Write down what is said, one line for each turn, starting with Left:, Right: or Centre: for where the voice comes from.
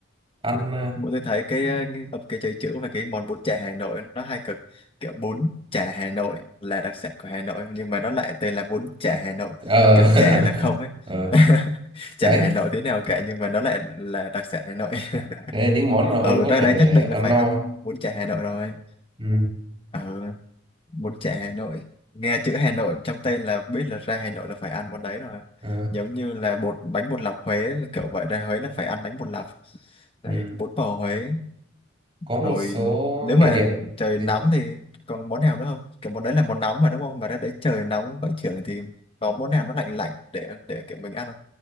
Right: ăn
Left: Bọn tôi thấy cái ờ, cái cái chảy chữ và cái món bún chả Hà Nội nó hay cực kiểu bún chả Hà Nội là đặc sản của Hà Nội nhưng mà nó lại tên là bún chả Hà Nội
Right: ờ
Left: kiểu chả là không ấy
Right: <laughs> ờ,
Left: <laughs> chả
Right: đấy
Left: Hà Nội thế nào cả nhưng mà nó lại là đặc sản Hà Nội
Right: đấy là những món
Left: <laughs>
Right: mà ông
Left: ở
Right: có
Left: ra
Right: thể
Left: đấy nhất định là
Right: ăn
Left: phải
Right: no
Left: ăn bún chả Hà Nội rồi
Right: ừ.
Left: ở bún chả Hà Nội nghe chữ Hà Nội trong tên là biết là ra Hà Nội là phải ăn món đấy rồi
Right: ờ,
Left: giống như là bột bánh bột lọc Huế kiểu vậy ra Huế là phải ăn bánh bột lọc
Right: ừ.
Left: đấy bún bò Huế
Right: có một
Left: rồi
Right: số
Left: nếu mà
Right: địa điểm
Left: trời
Right: gì?
Left: nóng thì còn món nào nữa không kiểu món đấy là món nóng mà đúng không mà ra đấy trời nóng vẫn trưởng thì có món nào nó lạnh lạnh để để kiểu mình ăn không